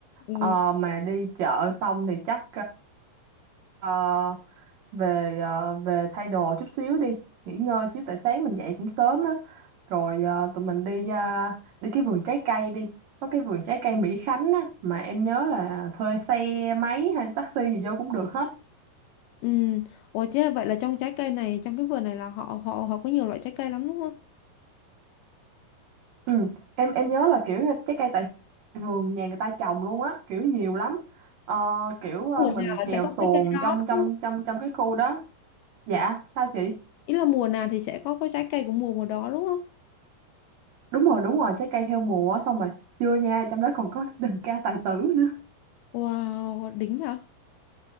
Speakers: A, on the left; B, on the right.
A: Ừ.
B: Ờ, mà đi chợ xong thì chắc uh, về ờ, về thay đồ chút xíu đi nghỉ ngơi xíu tại sáng mình dậy cũng sớm á rồi ờ, tụi mình đi ờ, đi cái vườn trái cây đi có cái vườn trái cây Mỹ Khánh á mà em nhớ là thuê xe máy hay taxi gì vô cũng được hết
A: Ừ. Ủa chứ vậy là trong trái cây này trong cái vườn này là họ họ họ có nhiều loại trái cây lắm đúng không?
B: ừ. em em nhớ là kiểu như trái cây tại vườn nhà người ta trồng luôn á kiểu nhiều lắm Ờ, kiểu ờ,
A: Mùa
B: mình
A: nào là
B: chèo
A: sẽ có
B: xuồng
A: trái cây đó
B: trong
A: đúng
B: trong
A: không?
B: trong trong cái khu đó dạ sao chị
A: Ý là mùa nào thì sẽ có có trái cây của mùa mùa đó đúng không?
B: đúng rồi đúng rồi trái cây theo mùa á, xong rồi chưa nha trong đó còn có <laughs> đờn ca tài tử nữa
A: Wow, đỉnh hả?